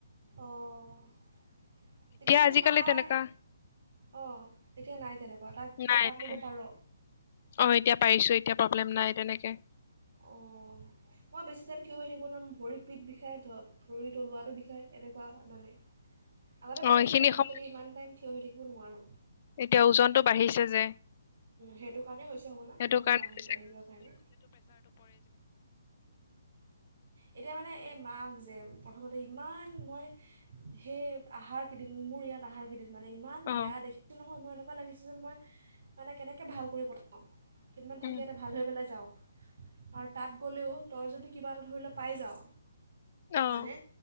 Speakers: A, on the right (about 60°); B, on the left (about 45°).
A: অঁ এতিয়া মানে
B: আজিকালি
A: মাৰ
B: তেনেকুৱা
A: অঁ এতিয়া নাই তেনেকুৱা তাত
B: নাই
A: তই কাম
B: নাই
A: কৰিব পাৰ।
B: অ এতিয়া পাৰিছো এতিয়া প্ৰব্লেম নাই। তেনেকে।
A: অ মই বেছি যেন কিয় হৈ থাকিব নোৱাৰো ভৰিৰ পিতঠ বিষাই ধৰক ভৰিৰ তলুৱাটো বিষায় এনেকুৱা মানে। আগতে
B: অ
A: পাৰিছিলো
B: এইখিনি
A: আজিকালি
B: সময়
A: ইমান টাইম থ হৈ থাকিব নোৱাৰোঁ।
B: এতিয়া ওজনতটো বাঢ়িছে যে
A: সেইটো কাৰণে হৈছে হ'বলা
B: সেইটো
A: ওজন
B: কাৰণেই
A: বাঢ়ি বাঢ়ি যোৱাৰ কাৰণে এতিয়া মানে এই মাক যে প্ৰথমতে ইমান মই সেই আহাৰ কিন নি মোৰ ইয়াত আহাৰ কেইদিন মানে ইমান
B: অ
A: বেয়া দেখছো নহয় মই এনেকুৱা লাগিছে যে মই মানে কেনেকৈ ভাল কৰি পঠাওঁ, কিদমান থাকে
B: উম
A: এয়াতে ভাল হৈ পেলাই যাওঁ। আৰু তাত গ'লেও তই যদি কিবা এটা ধৰি ল পাই যাৱ
B: অ
A: হয়নে